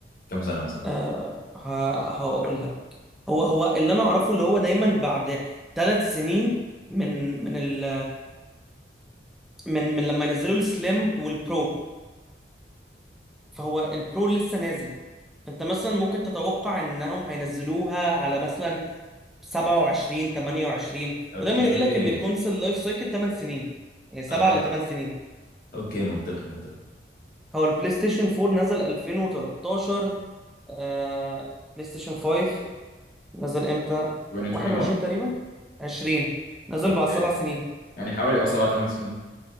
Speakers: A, on the left; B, in the centre.
A: كام سنه مثلا
B: أه ه- هقول لك هو هو اللي انا اعرفه اللي هو دايما بعد ثلاث سنين من من ال من من لما نزلوا السليم والبرو فهو البرو لسه نازل فانت مثلا ممكن تتوقع انهم هينزلوها على مثلا 27 28
A: اوكي
B: ودايما يقول لك ان الكونسول لايف سايكل 8 سنين يعني 7
A: اها
B: ل 8 سنين
A: اوكي منطقي منطقي
B: هو البلاي ستيشن 4 نزل 2013 آه بلاي ستيشن 5 نزل امتى
A: 2021
B: 21 تقريبا 20 نزل
A: اوكي
B: بعد سبع سنين
A: يعني حوالي اه 7 8 سنين